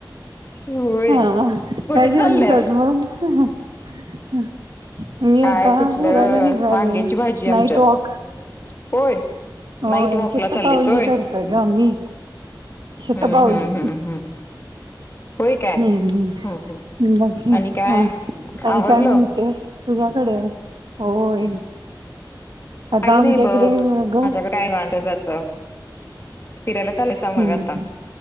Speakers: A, on the left (about 30°); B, on the right (about 80°).
A: होय
B: हा
A: कुठे
B: काय जेवली
A: चालल्यास
B: आज मग हम् हम् मी
A: काय
B: आता
A: कुठलं
B: फिरायला निघाले
A: वांग्याची भाजी आमच्यात
B: नाईट वॉक
A: होय
B: होय
A: नाईट वॉकला
B: शतपावली
A: चाललीस होय
B: करतोय ग मी
A: हम्म
B: शतपावली
A: हम्म हम्म हम्म होय काय
B: हग
A: हम्म हम्म
B: बाकी
A: आणि काय
B: हा आणि
A: आवरलं
B: काय म्हणतेस तुझ्याकडे होय आता
A: काही
B: आमच्या
A: नाही
B: इकडे
A: बघ
B: ग
A: माझ्याकडे काय निवांत जायचं फिरायला चालायसा
B: हम्म
A: मग आता